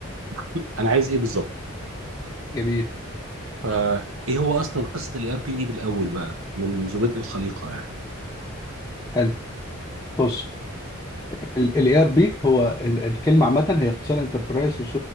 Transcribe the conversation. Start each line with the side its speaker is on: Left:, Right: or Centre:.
Right: <laughs> انا عايز ايه بالظبط
Left: جميل
Right: فايه هو اصلا قصه الاي ار بي دي بالاول بقى من منذ بدء الخليقه يعني
Left: حلو بص الاي ار بي هو ال- الكلمه عامه هي اختصار انتربرايز